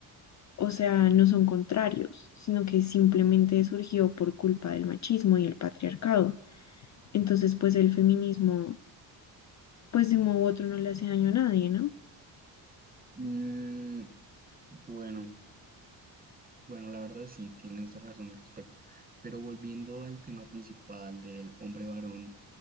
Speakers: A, on the left (about 40°); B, on the right (about 20°).
A: O sea, no son contrarios, sino que simplemente surgió por culpa del machismo y el patriarcado. Entonces, pues el feminismo, pues de un modo u otro no le hace daño a nadie, ¿no?
B: Mm, bueno, Bueno, la verdad sí, tienes razón al respecto. Pero volviendo al tema principal del hombre varón,